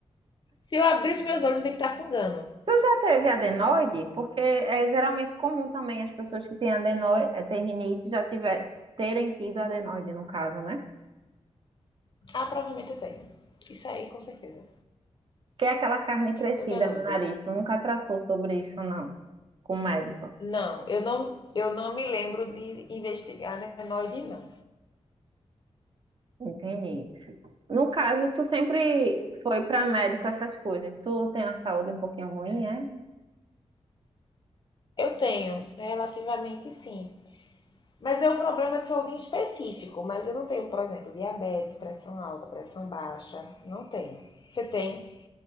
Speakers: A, on the left; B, on the right.
A: Se eu abrir os meus olhos, eu tenho que estar afungando.
B: Tu já teve adenoide? Porque é geralmente comum também as pessoas que têm adenoide, eh, têm rinite já tiver, terem tido adenoide, no caso, né?
A: Ah, provavelmente eu tenho. Isso aí, com certeza.
B: Que é aquela carne crescida
A: Não tenho dúvidas.
B: no nariz. Tu nunca tratou sobre isso, não, com o médico.
A: Não, eu não, eu não me lembro de investigar adenoide, não.
B: Entendi. No caso, tu sempre foi para médico essas coisas. Tu tem a saúde um pouquinho ruim, é?
A: Eu tenho, relativamente sim. Mas é um problema de saúde em específico. Mas eu não tenho, por exemplo, diabetes, pressão alta, pressão baixa. Não tenho. Você tem?